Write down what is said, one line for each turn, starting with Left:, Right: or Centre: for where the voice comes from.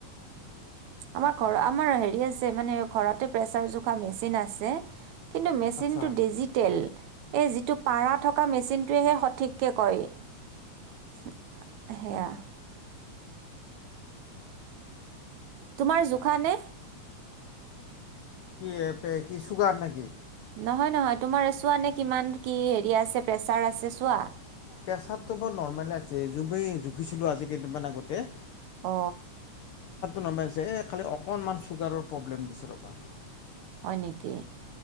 Right: আমাৰ ঘৰ আমাৰ হেৰি আছে মানে ঘৰতে প্ৰেচাৰ জোখাৰ মেচিন আছে কিন্তু মেচিনটো
Left: আচ্ছা
Right: ডিজিটেল এই যিটো পাৰা থকা মেচিনটোৱেহে সঠিককৈ কয় সেয়া। তোমাৰ জোখা নে
Left: কি এ কি চুগাৰ নেকি
Right: নহয় নহয় তোমাৰ চোৱা নে কিমান কি হেৰি আছে প্ৰেছাৰ আছে চোৱা
Left: পেচাতো বৰ নৰ্মেল আছে জুখিছিলো আজি কেইদিনমান আগতে
Right: অ
Left: নমাইছে খালি অকনমান চুগাৰৰ প্ৰব্লেম দিছে ৰবা
Right: হয় নেকি